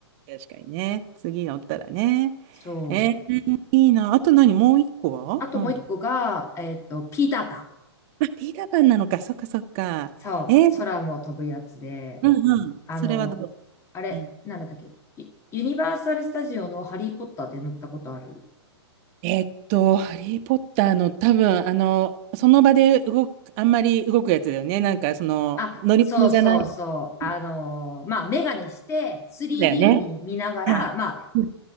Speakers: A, on the right; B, on the left.
A: 確かにね。次乗ったらね。
B: そう。
A: えー、いいな。あと何もう一個はなんだ
B: あともう一個が、えっと、ピーターパン。
A: あ、ピーターパンなのか。そっかそっか。
B: そう、
A: えー、
B: 空も飛ぶやつで、
A: うんうん。
B: あの、
A: それはどう
B: あれ、
A: うん。
B: なんだったっけ、ユユニバーサルスタジオのハリーポッターで乗ったことある
A: えーっと、ハリー・ポッターの多分、あの、その場で動く、あんまり動くやつだよね。なんか、その、
B: あ、
A: 乗り物じゃない。
B: そうそうそう。
A: そ
B: あのーまあ、メガネして 3D
A: うだよね。
B: に見ながら、
A: はい。
B: まあ、
A: うん、